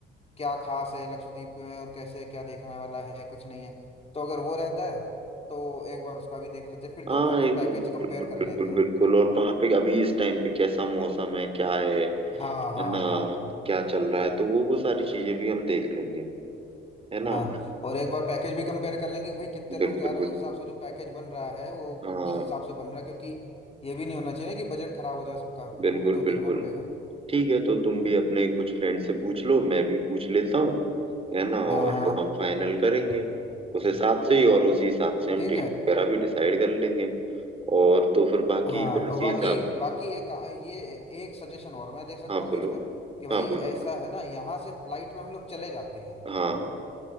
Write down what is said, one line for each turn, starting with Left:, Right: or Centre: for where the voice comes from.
Left: क्या खास है लक्षद्वीप में और कैसे क्या देखने वाला है कुछ नहीं है तो अगर वो रहता है तो एक बार उसका भी देख लेते हैं फिर
Right: हाँ
Left: दोनों के
Right: एक
Left: पैकेज
Right: मिनट,
Left: कंपेयर
Right: बिल्कुल
Left: कर
Right: बिल्कुल
Left: लेते हैं
Right: बिल्कुल और वहां पे अभी इस टाइम पे कैसा मौसम है क्या है
Left: हाँ हाँ
Right: है ना
Left: हाँ हाँ
Right: क्या चल रहा है तो वो वो सारी चीजें भी हम देख लेंगे है
Left: हाँ
Right: ना
Left: और एक बार पैकेज भी कंपेयर कर लेंगे कि भाई कितने लोग
Right: बिल्कुल
Left: जा रहे
Right: बिल्कुल
Left: हैं उस हिसाब से जो पैकेज बन रहा है वो
Right: हाँ
Left: किस हिसाब से बन रहा है क्योंकि ये भी नहीं होना चाहिए ना कि बजट खराब हो जाए सबका
Right: बिल्कुल
Left: वो भी तो
Right: बिल्कुल
Left: देखना पड़ेगा
Right: ठीक है तो तुम
Left: हाँ
Right: भी अपने कुछ फ्रेंड से पूछ लो मैं भी पूछ लेता हूँ है ना और
Left: हाँ हाँ
Right: तो हम फाइनल करेंगे
Left: हाँ,
Right: उस हिसाब से ही और उसी हिसाब से हम
Left: ठीक
Right: डेट
Left: है
Right: वगैरह भी डिसाइड कर लेंगे और तो फिर बाकी
Left: हाँ
Right: फिर उसी
Left: और बाकी
Right: हिसाब
Left: बाकी एक ये एक सजेशन और मैं दे सकता
Right: हाँ
Left: हूँ
Right: बोलो
Left: बीच में कि भाई
Right: हाँ बोलो
Left: ऐसा है ना यहाँ से फ्लाइट में हम लोग चले जाते हैं
Right: हाँ